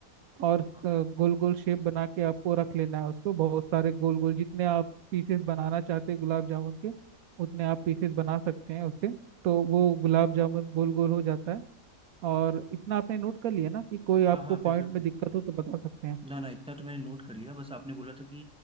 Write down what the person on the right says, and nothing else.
और
गोल गोल शेप बना के आपको रख लेना है उसको बहुत सारे गोल गोल जितने आप पीसेस बनाना चाहते हैं गुलाब जामुन के उतने आप पीसेस बना सकते हैं उससे तो वो गुलाब जामुन गोल गोल हो जाता है और इतना आपने नोट कर लिया ना कि कोई आपको
पॉइंट
में
दिक्कत हो तो बता सकते हैं